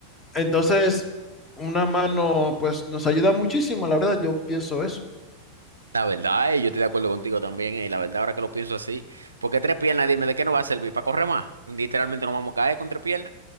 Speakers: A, on the left; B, on the right.
A: Entonces, una mano, pues nos ayuda muchísimo, la verdad, yo pienso eso.
B: La verdad, eh, yo estoy de acuerdo contigo también, eh, la verdad, ahora que lo pienso así, porque tres piernas, dime, ¿de qué nos va a servir? ¿Para correr más? Literalmente nos vamos a caer con tres piernas.